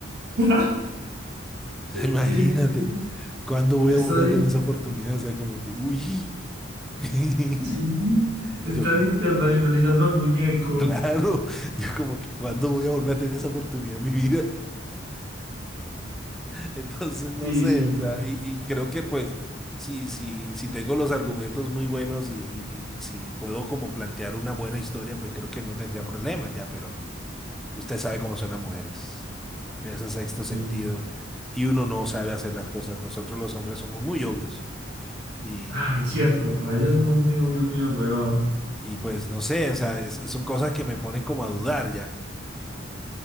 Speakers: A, on the right; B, in the centre.
A: <laughs>
B: <laughs> Imagínate,
A: Sí, sí, sí.
B: ¿cuándo voy
A: está
B: a volver a tener
A: in-
B: esa oportunidad? O sea, como que, uy, <laughs>
A: sí, estás
B: yo,
A: internacionalizando al muñeco.
B: claro, yo como que, ¿cuándo voy a volver a tener esa oportunidad en mi vida? <laughs> Entonces, no
A: Sí,
B: sé,
A: sí,
B: o sea,
A: Gabriel.
B: y, y creo que pues, si, si, si tengo los argumentos muy buenos y, y, y- y si puedo como plantear una buena historia, pues creo que no tendría problemas ya, pero usted sabe cómo son las mujeres ese sexto sentido,
A: sí.
B: y uno no sabe hacer las cosas. Nosotros los hombres somos muy obvios y,
A: Ay, cierto. A veces somos muy obvios, muy agüevados.
B: Y pues no sé, o sea, es- son cosas que me ponen como a dudar ya,